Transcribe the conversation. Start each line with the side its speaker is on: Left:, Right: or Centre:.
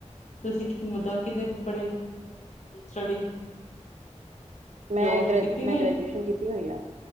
Left: ਤੁਸੀਂ ਮੁਦਾ ਕਿਤੇ ਪੜੇ ਸਟੱਡੀ?
Right: ''ਮੈਂ
Left: ਜੋਬ ਜੂਬ
Right: ਗ੍ਰੈ,
Left: ਕੀਤੀ
Right: ਮੈਂ
Left: ਕੋਈ
Right: ਗ੍ਰੈਜੂਏਸ਼ਨ ਕੀਤੀ ਹੋਈ ਆ।